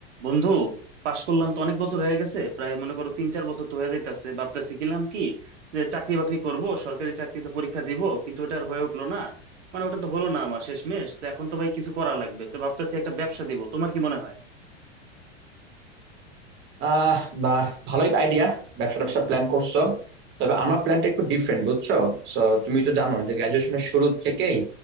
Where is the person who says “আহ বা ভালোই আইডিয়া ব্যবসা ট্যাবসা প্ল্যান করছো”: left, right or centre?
Right